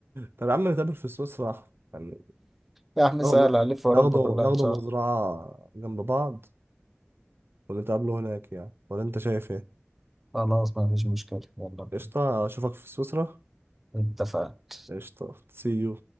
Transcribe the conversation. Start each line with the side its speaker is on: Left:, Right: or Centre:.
Right: طب يا عم نتقابل في سويسرا يعني
Centre: يا عم
Right: ناخده
Centre: سهل ألف أوروبا
Right: ناخده
Centre: كلها
Right: ناخده
Centre: إن شاء
Right: مزرعة
Centre: الله
Right: جنب بعض ونتقابله هناك يعني ولا انت شايف ايه
Centre: خلاص ما فيش مشكلة يلا بينا.
Right: قشطة اشوفك في سويسرا
Centre: اتفقنا
Right: قشطة سي يو